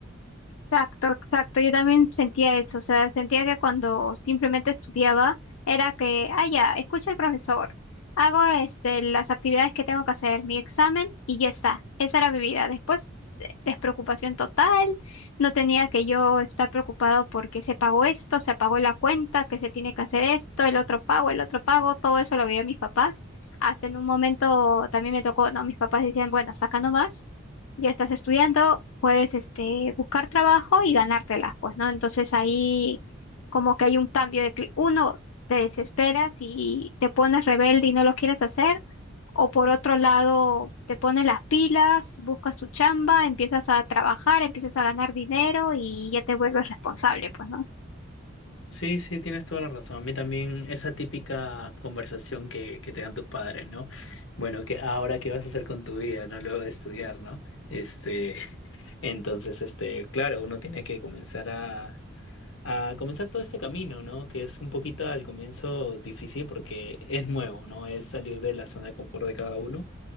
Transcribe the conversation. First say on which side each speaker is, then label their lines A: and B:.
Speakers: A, on the left; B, on the left.
A: Exacto, exacto. Yo también sentía eso, o sea, sentía que cuando simplemente estudiaba era que, ah, ya, escucho al profesor, hago este, las actividades que tengo que hacer, mi examen y ya está. Esa era mi vida. Después, de- despreocupación total, no tenía que yo estar preocupado porque se pagó esto, se pagó la cuenta, que se tiene que hacer esto, el otro pago, el otro pago, todo eso lo veía mis papás. Hasta en un momento también me tocó, no, mis papás decían, bueno, saca nomás ya estás estudiando, puedes este, buscar trabajo y ganártelas, pues, ¿no? Entonces ahí como que hay un cambio de cli- uno, te desesperas y te pones rebelde y no lo quieres hacer, o por otro lado, te pones las pilas, buscas tu chamba, empiezas a trabajar, empiezas a ganar dinero y ya te vuelves responsable, pues, ¿no?
B: Sí, sí, tienes toda la razón. A mí también esa típica conversación que, que te dan tus padres, ¿no? Bueno, que ahora qué vas a hacer con tu vida, ¿no? Luego de estudiar, ¿no? Este, <laughs> entonces, este, claro, uno tiene que comenzar a, a comenzar todo este camino, ¿no? Que es un poquito al comienzo difícil porque es nuevo, ¿no? Es salir de la zona de confort de cada uno.